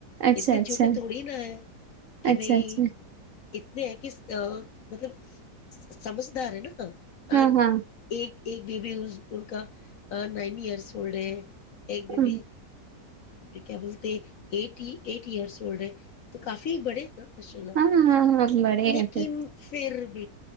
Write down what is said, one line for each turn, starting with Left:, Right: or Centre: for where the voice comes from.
Right: اچھا
Left: اتنے
Right: اچھا
Left: چھوٹے تھوڑی نا ہے کہ
Right: اچھا
Left: بھائی
Right: اچھا
Left: اتنے ہیں کہ مطلب سمجھدار ہے نا ا
Right: ہاں ہاں
Left: ایک ایک بیبی ان کا نائن ایئرس اولڈ ہے ایک دبی
Right: ہاں
Left: کیا بولتے ایٹ ایٹ ایئرس اولڈ ہیں تو کافی بڑے نا ماشاء اللہ
Right: ہاں ہاں ہاں بڑے
Left: لیکن
Right: ہیں پھر
Left: پھر ج